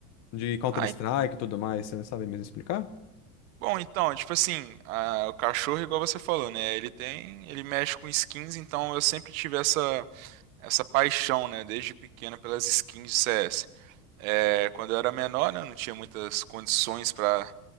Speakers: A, on the left (about 40°); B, on the right (about 65°).
A: De Counter-Strike
B: Ai,
A: e tudo mais, você sabe mesmo explicar?
B: bom, então, é tipo assim, a- o cachorro, igual você falou, né? Ele tem, ele mexe com skins, então eu sempre tive essa, essa paixão, né, desde pequeno pelas skins de CS. É, quando eu era menor, né, eu não tinha muitas condições para